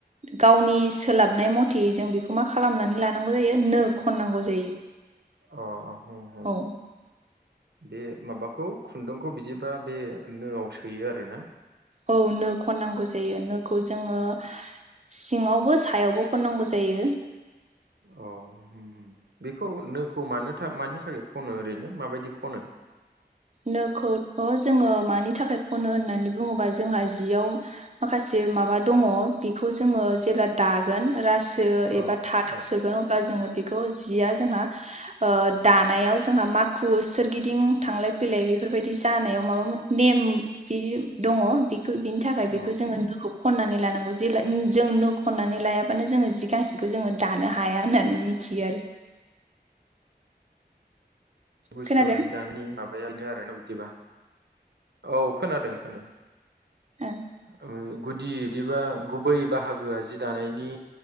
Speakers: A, on the right; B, on the right.
A: गावनि सोलाबनाय मथे जों बेखौ मा खालामनानै लानांगौ जायो नो खननांगौ जायो।
B: अ अ होम होम।
A: औ
B: बे माबाखौ खुन्दुंखौ बिदिबा बे नोआव सोयो आरोना?
A: औ नो खननांगौ जायो नोखौ जोङो सिङावबो सायावबो खननांगौ जायो।
B: अ होम होम बेखौ नोखौ मानो थां मानि थाखाय खनो ओरैनो माबायदि खनो?
A: नोखौथ' जोङो मानि थाखाय खनो होननानै बुङोबा जोंहा जियाव माखासे माबा दङ बेखौ जोङो जेब्ला दागोन राज जो
B: औ
A: एबा थादाव
B: औ
A: सोगोन अब्ला जोङो बेखौ जिया जोंहा ओ दानायाव जोंहा माखु सोरगिदिं थांलाय फैलाय बेफोरबायदि जानायाव माबा नेम बिदि दङ। बेखौ बिनि थाखाय
B: औ
A: बेखौ जोङो नोखौ खननानै लानांगौ जे जों नो खननानै लायाबानो जोङो जि गांसेखौ जोङो दानो हाया होननानै मिथियो आरो।
B: बुस्थुआ
A: खोनादों
B: जि दानायनि माबाया बिनो आरोना बिदिबा। औ खोनादों खोनादों।
A: ओ
B: आ। गुदि बिदिबा गुबै बाहागोआ जि दानायनि